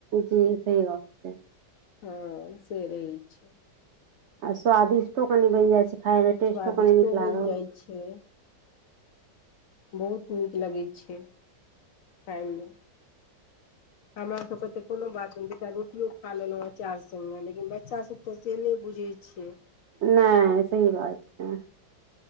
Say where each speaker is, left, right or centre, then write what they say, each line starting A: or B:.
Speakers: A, on the right; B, on the left.
A: जी सही बात छै
B: हँ से रहै छै
A: आ स्वादिष्टो कनि बनि जाइ छै खाय में टेस्टो
B: स्वादिष्टो
A: कनि नीक
B: बनि
A: लागल
B: जाइ छै बहुत नीक लगैत छै खाय में हमरा सबके तऽ कोनो बात नहि दु टा रोटियो खा लेलहुँ अचार सङ्गे लेकिन बच्चासभ तऽ से नहि बुझै छै
A: नै सही बात छै